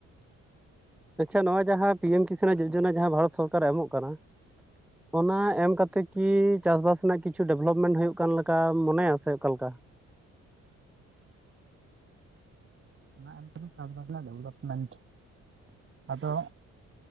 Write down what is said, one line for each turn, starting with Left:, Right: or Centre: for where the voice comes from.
Centre: ᱟᱪᱪᱷᱟ ᱱᱚᱣᱟ ᱡᱟᱦᱟᱸ ᱯᱤᱭᱮᱢ ᱠᱤᱥᱟᱱ ᱡᱚᱡᱚᱱᱟ ᱡᱟᱦᱟᱸ ᱵᱷᱟᱨᱚᱛ ᱥᱚᱨᱠᱟᱨ ᱮᱢᱚᱜ ᱠᱟᱱᱟ ᱾ ᱚᱱᱟ ᱮᱢ ᱠᱟᱛᱮ ᱠᱤ ᱪᱟᱥ ᱵᱟᱥ ᱨᱮᱱᱟᱜ ᱠᱤᱪᱷᱩ ᱰᱮᱵᱷᱞᱚᱯᱢᱮᱱᱴ ᱦᱩᱭᱩᱜ ᱠᱟᱱ ᱞᱮᱠᱟ ᱢᱚᱱᱮᱭᱟ ᱥᱮ ᱚᱠᱟᱞᱮᱠᱟ?
Right: ᱚᱱᱟ ᱮᱢ ᱠᱟᱛᱮ <unintelligible> ᱰᱮᱵᱷᱞᱚᱯᱢᱮᱱᱴ ᱟᱫᱚ